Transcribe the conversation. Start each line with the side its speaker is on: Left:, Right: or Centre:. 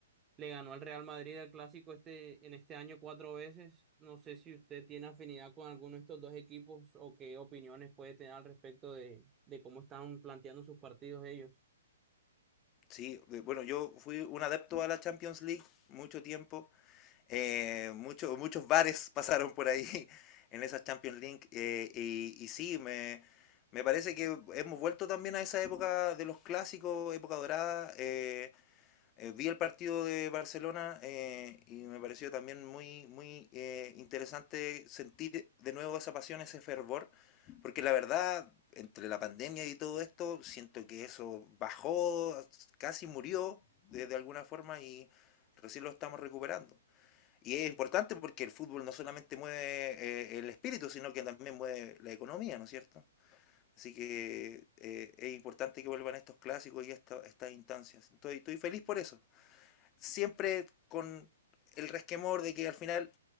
Right: le ganó al Real Madrid el clásico este, en este año cuatro veces. No sé si usted tiene afinidad con alguno de estos dos equipos o qué opiniones puede tener al respecto de, de cómo están planteando sus partidos ellos.
Left: Sí, bueno, yo fui un adepto a la Champions League mucho tiempo Eh, mucho- muchos bares pasaron por ahí <laughs> en esa Champions League. eh, y, y sí, me, me parece que hemos vuelto también a esa época de los clásicos, época dorada. eh, eh, vi el partido de Barcelona eh, y me pareció también muy, muy eh, interesante sentir de nuevo esa pasión, ese fervor, porque la verdad, entre la pandemia y todo esto, siento que eso bajó, casi murió de de alguna forma y recién lo estamos recuperando. Y es importante porque el fútbol no solamente mueve eh, el espíritu, sino que también mueve la economía, ¿no es cierto? Así que eh, es importante que vuelvan estos clásicos y esta- estas instancias. Estoy, estoy feliz por eso. Siempre con el resquemor de que al final